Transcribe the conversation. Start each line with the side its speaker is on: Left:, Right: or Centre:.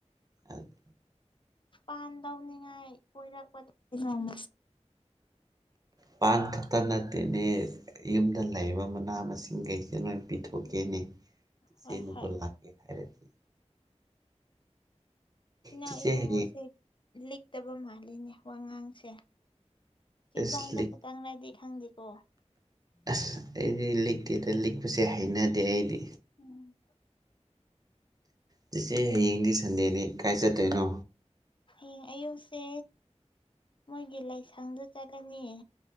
Right: ꯑꯗꯨ
Left: ꯄꯥꯟ ꯇꯧꯅꯤꯉꯥꯏ ꯑꯣꯏꯔꯛꯄ ꯖꯧꯃꯁ
Right: ꯄꯥꯟ ꯈꯛꯇ ꯅꯠꯇꯦꯅꯦ ꯌꯨꯝꯗ ꯂꯩꯔꯤꯕ ꯃꯅꯥ ꯃꯁꯤꯡꯈꯩꯁꯦ ꯂꯣꯏ ꯄꯤꯊꯣꯛꯀꯦꯅꯦ
Left: ꯍꯣꯏ
Right: ꯆꯦꯅꯕꯨ
Left: ꯍꯣꯏ
Right: ꯂꯥꯛꯀꯦ ꯍꯥꯏꯔꯗꯤ
Left: ꯏꯅꯥꯎ
Right: ꯆꯤꯆꯦ
Left: ꯏꯕꯨꯡꯉꯣꯁꯦ
Right: ꯍꯌꯦꯡ
Left: ꯂꯤꯛꯇꯕ ꯃꯥꯜꯂꯤꯅꯦ ꯋꯥꯉꯥꯡꯁꯦ ꯆꯤꯟꯕꯥꯍꯥꯟꯗ
Right: ꯑꯁ ꯂꯤꯛ
Left: ꯈ ꯇꯪ ꯔꯥꯏꯗꯤ ꯈꯪꯗꯤꯀꯣ
Right: ꯑꯁ ꯑꯩꯗꯤ ꯂꯤꯛꯇꯦꯗ ꯂꯤꯛꯄꯁꯦ ꯍꯩꯅꯗꯦ ꯑꯩꯗꯤ
Left: ꯎꯝ
Right: ꯆꯦꯆꯦ ꯍꯌꯦꯡꯗꯤ ꯁꯟꯗꯦꯅꯤ ꯀꯥꯏ ꯆꯠꯇꯣꯏꯅꯣ
Left: ꯍꯌꯦꯡ ꯑꯌꯨꯛꯁꯦ ꯃꯣꯏꯒꯤ ꯂꯥꯏꯁꯪꯗ ꯆꯠꯂꯅꯤꯌꯦ